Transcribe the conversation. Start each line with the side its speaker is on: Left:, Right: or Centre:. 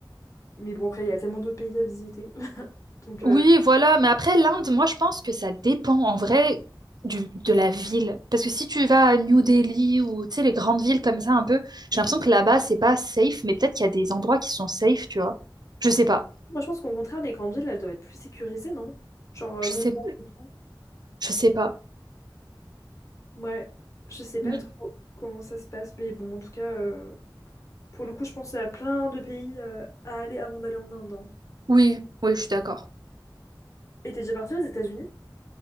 Left: Mais bon, après, il y a tellement d'autres pays à visiter. <laughs> Donc, euh,
Right: Oui, voilà, mais après, l'Inde, moi, je pense que ça dépend, en vrai, du, de la ville. Parce que si tu vas à New Delhi ou, tu sais, les grandes villes comme ça, un peu, j'ai l'impression que là-bas, c'est pas safe, mais peut-être qu'il y a des endroits qui sont safe, tu vois. Je sais pas.
Left: moi, je pense qu'au contraire, les grandes villes, elles doivent être plus sécurisées, non? Genre, euh,
Right: Je
Left: Mumbai
Right: sais,
Left: et tout.
Right: je sais pas.
Left: Ouais, je sais pas
Right: Mm.
Left: trop comment ça se passe. Mais bon, en tout cas, euh, pour le coup, je pense à plein de pays euh, à aller avant d'aller en Inde. hein.
Right: Oui, oui, je suis d'accord.
Left: Et t'es déjà parti aux États-Unis?